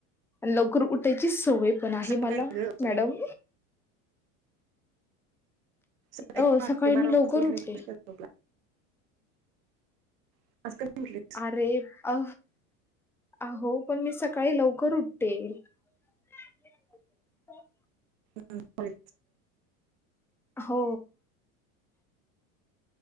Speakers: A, in the centre; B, on the right (about 70°).
A: लवकर उठायची सवय पण आहे
B: सकाळी
A: मला
B: ग
A: मॅडम
B: सकाळी
A: अ
B: पहाटे
A: सकाळी
B: बारा
A: मी
B: वाजता
A: लवकर
B: उठल्यावर
A: उठते
B: कशी काय झोप लागणार आज कधी उठलीस
A: अरे अ अहो पण मी सकाळी लवकर उठते <unintelligible>
B: हम्
A: हो